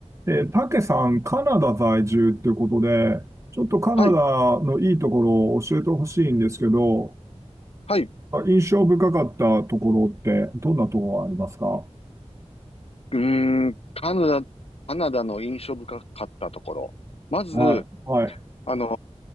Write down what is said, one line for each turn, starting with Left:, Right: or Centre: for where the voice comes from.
Right: で、たけさん、カナダ在住っていうことで、ちょっとカナダのいいところを教えてほしいんですけど、
Left: はい、はい。う
Right: あ印象深かったところって、どんなところがありますか
Left: ーん、カナダ、カナダの印象深かったところ。まず、
Right: はい、はい、
Left: あの